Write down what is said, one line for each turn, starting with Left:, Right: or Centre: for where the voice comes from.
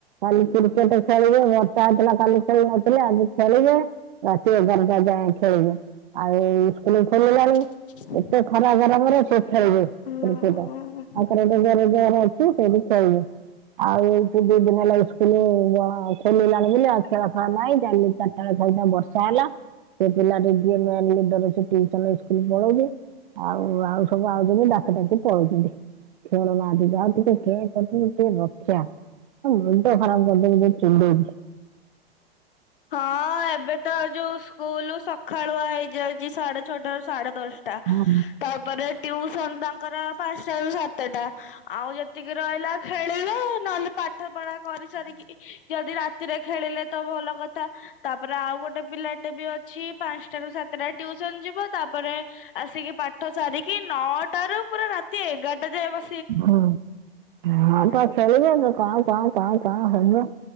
Right: କାଲି କ୍ରିକେଟ ଖେଳିବେ ବର୍ଷା ହେଇଥିଲା କାଲି ଖେଳି ନଥିଲେ ଆଜି ଖେଳିବେ ରାତି ଏଗାରଟା ଯାଏ ଖେଳିବେ। ଆଉ ଏଇ ସ୍କୁଲ ଖୋଲିଲାଣି।
Left: <inaudible>
Right: ଏତେ ଖରା ଗରମରେ ସେ ଖେଳିବ
Left: ହୁଁ।
Right: କ୍ରିକେଟ <unintelligible> ଅଛୁ ସେ <unintelligible> ହୁଁ। ଆଉ ଏଇଠୁ ଦି ଦିନ ହେଲା ସ୍କୁଲ ଅ ଖୋଲିଲାଣି ବୋଲି ଆଉ ଖେଳ ଫେଳ ନାହିଁ ଜା <unintelligible> <unintelligible> ବର୍ଷା ହେଲା ସେ ପିଲା ଯିଏ ମେନ ଲିଡର ସିଏ ଟିଉସନ ଇସ୍କୁଲ ପଳଉଛି। ଆଉ ଆଉ ସବୁ ଆଉଚନ୍ତି ଡାକି ଡ଼ାକି ପଳଉଛନ୍ତି। ଶୁଣୁନାହାନ୍ତି ଯାହା, ଟିକେ କେଁକଟରୁ ଟିକେ ରକ୍ଷା, ତମ ମୁଣ୍ଡ ଖରାପ କରିଦେବେ ଯୋଉ ଫୁଲେଇ
Left: ହଁ ଏବେ ତ ଯୋଉ ସ୍କୁଲ ସକାଳୁଆ ହେଇଯାଇଛି ସାଢେ ଛଅଟା ରୁ ସାଢେ ଦଶ ଟା
Right: ହଁ
Left: ତାପରେ ଟ୍ୟୁସନ ତାଙ୍କର ପାଞ୍ଚଟା ରୁ ସାତେଟା। ଆଉ ଯେତିକି ରହିଲା ଖେଳିଲେ ନହେଲେ ପାଠ ପଢା କରି ସାରିକି ଯଦି ରାତିରେ ଖେଳିଲେ ତ ଭଲ କ ତାପରେ ଆଉ ଗୋଟେ ପିଲାଟେ ବି ଅଛି ପାଞ୍ଚଟାରୁ ସାତଟା ଟ୍ୟୁସନ ଯିବ ତାପରେ ଆସିକି ପାଠ ସାରିକି ନଅଟାରୁ ପୁରା ରାତି ଏଗାରଟା ଯାଏ ବ
Right: ହୁଁ <unintelligible> କ କ କଣ ହବ